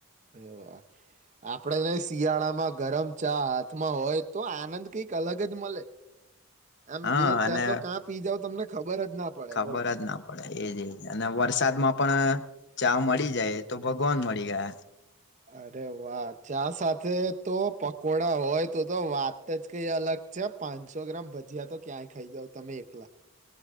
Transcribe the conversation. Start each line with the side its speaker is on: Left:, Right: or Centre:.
Right: એ વા આપણેે નને શિયાળામાં ગરમ ચા હાથમાં હોય તો આનંદ કઈક અલગ જ મળે. આમ
Left: હા
Right: બે ચાર
Left: અને
Right: તો કાં પી જાવ તમને ખબર જ ના પડે
Left: ખબર
Right: બોલો.
Left: જ ના પડે એજ એજ અને વરસાદમાં પણ ચા મળી જાય. તો ભગવાન મળી ગયા
Right: અરે વાહ ચા સાથે તો પકોડા હોય તો તો વાત જ કઈ અલગ છે પાંચસો ગ્રામ ભજીયા તો ક્યાંય ખાઈ જાવ તમે એકલા